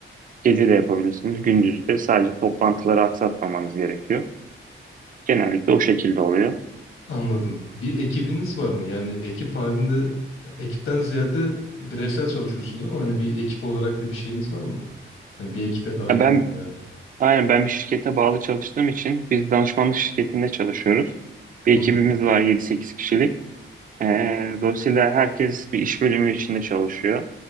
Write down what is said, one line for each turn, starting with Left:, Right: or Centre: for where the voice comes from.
Right: gece de yapabilirsiniz, gündüz de sadece toplantıları aksatmamanız gerekiyor. Genellikle o şekilde oluyor.
Left: Anladım. Bir ekibiniz var mı? Yani ekip halinde ekipten ziyade bireysel çalışıyorsunuz ama hani bir ekip olarak da bir şeyiniz var mı? Hani bir ekibe dahilim
Right: Ya Ben
Left: ya.
Right: aynen ben bir şirkete bağlı çalıştığım için biz danışmanlık şirketinde çalışıyoruz. Bir ekibimiz
Left: Hı hı.
Right: var yedi sekiz kişilik. Ee, dolayısıyla herkes bir iş bölümü içinde çalışıyor.